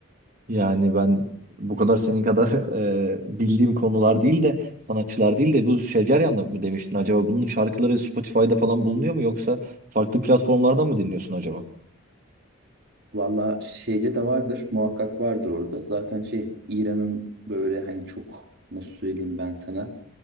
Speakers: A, on the right; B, on the right.
A: Yani ben bu kadar senin kadar <laughs> e, bildiğim konular değil de sanatçılar değil de bu Şeceryan da mı demiştin acaba bunun şarkıları Spotify'da falan bulunuyor mu yoksa farklı platformlardan mı dinliyorsun acaba?
B: Valla şeyce de vardır muhakkak vardır orada. Zaten şey İran'ın böyle hani çok nasıl söyleyeyim ben sana